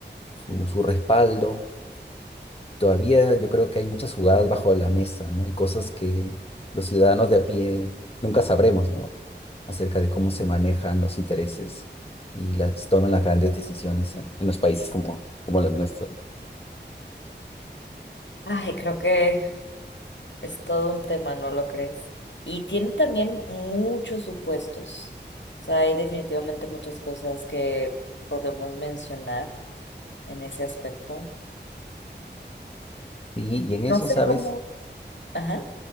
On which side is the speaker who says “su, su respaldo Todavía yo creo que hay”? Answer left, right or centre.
Left